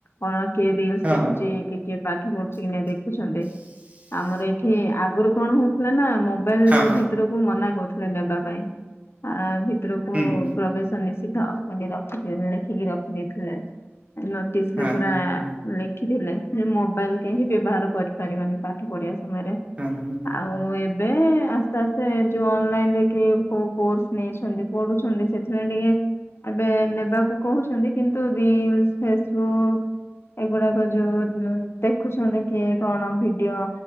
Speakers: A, on the left; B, on the right.
A: କଣ କିଏ ରିଲ୍ସ
B: ହଁ
A: ଦେଖୁଛି
B: ହଁ
A: କି କିଏ ପାଠ ପଢୁଛି କି ନା ଦେଖୁଛନ୍ତି। ଆମର ଏଠି ଆଗରୁ କଣ ହଉଥିଲା ନା ମୋବାଇଲ
B: ହଁ ହଁ
A: ଭିତରକୁ ମନା କରୁଥିଲେ ନେବା ପାଇଁ। ଆ ଚିତ୍ରକୁ
B: ହୁଁ ହୁଁ।
A: ପ୍ରବେଶ ନିଷିଦ୍ଧ ମାନେ ରଖିଥିଲେ ଲେଖିକି ରଖିଦେଇଥିଲେ। ନୋଟିସ
B: ହଁ
A: ରେ ପୁରା
B: ହଁ ହଁ
A: ଲେଖିଥିଲେ। ମୋବାଇଲ କେହିଁ ବ୍ୟବହାର କରିପାରିବନି ପାଠ ପଢିବା ସମୟରେ।
B: ହଁ ହଁ ହୁଁ
A: ଆଉ। <unintelligible> ଆସ୍ତେ ଆସ୍ତେ ଯୋଉ ଅନଲାଇନ ରେ କି କୋଉ କୋର୍ସ ନେଇଛନ୍ତି ପଢୁଛନ୍ତି ସେଥିଲାଗି ଟିକେ ଏବେ ନେବାକୁ କହୁଛନ୍ତି କିନ୍ତୁ ରିଲ, ଫେସବୁକ୍ ଏଗୁଡାକ ଯୋଉ ଦେଖୁଛନ୍ତି କିଏ କଣ ଭିଡିଓ